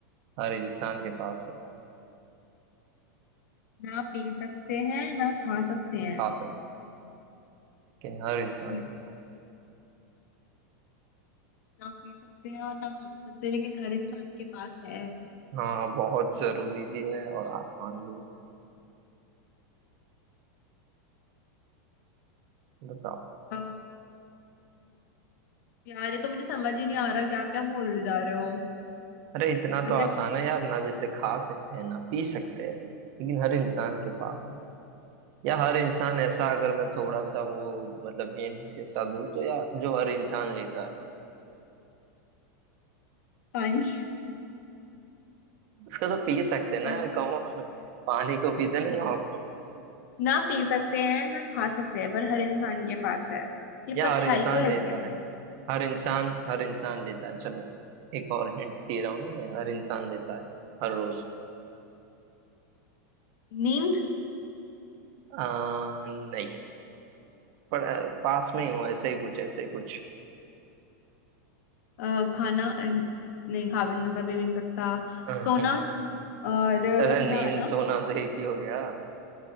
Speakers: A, on the right; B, on the left.
A: हर इंसान के पास है
B: ना पी सकते हैं ना खा सकते हैं
A: खा सकते हैं, लेकिन हर इंसान
B: अ,
A: के पास है
B: ना पी सकते हैं और ना खा सकते लेकिन हर इंसान के पास है
A: हाँ बहुत जरूरी भी है और आसान भी है बताओ
B: हाँ। यार ये तो मुझे समझ ही नहीं आ रहा क्या क्या बोल जा रहे हो
A: अरे इतना
B: तो
A: तो
B: तो
A: आसान
B: ठीक
A: है यार ना जिसे खा सकते हैं ना पी सकते हैं लेकिन हर इंसान के पास है या हर इंसान ऐसा अगर मैं थोड़ा सा वो मतलब हिंट जैसा दूं तो या जो हर इंसान लेता है
B: पानी
A: उसका तो पी सकते हैं ना
B: हाँ।
A: यार कहो <laughs> पानी को पीते नहीं हो आपको
B: ना पी सकते हैं ना खा सकते हैं पर हर इंसान के पास है ये
A: या
B: परछाई
A: हर इंसान
B: क्यों लग
A: लेता
B: गया मुझे
A: है हर इंसान हर इंसान लेता है चलो एक और हिंट दे रहा हूँ ना मैं हर इंसान लेता है हर रोज
B: नींद
A: आ, नहीं पर अ, पास में ही हो ऐसे ही कुछ ऐसे ही कुछ
B: अ, खाना अ, नहीं खा भी नहीं सकता पी भी नहीं सकता
A: <laughs>
B: सोना और अ,
A: अरे
B: नहाना
A: नींद सोना तो एक ही हो गया